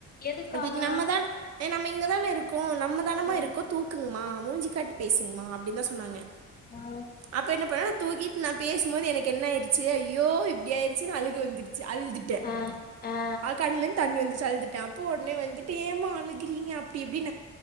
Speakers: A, on the left (about 30°); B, on the right (about 55°).
A: எதுக்காமா
B: அப்பிக்கி நம்ம தான் ஏ நம்ம இங்கதானே போ நம்ம தானமா
A: ம்
B: இருக்கோ தூக்குங்மா மூஞ்சி காட்டி பேசுங்மா டின்தா சொன்னாங்க
A: அ
B: அப்ப என்னப்பன நா தூக்கிட் நா பேசுமோது எனக்கு என்ன ஆயிடுச்சு ஏ ய்யோ இப்டி ஆயிர்ச்சின் அழுகு வந்துடு சி அழுதுட்டே
A: அ அ
B: ஆ கண்லந் தண்ணி வந்து சல்துட்டே அப்போ ஒட்னே வந்துட்டு ஏமா அழுகுறீங்க அப்டி இப்டின்னு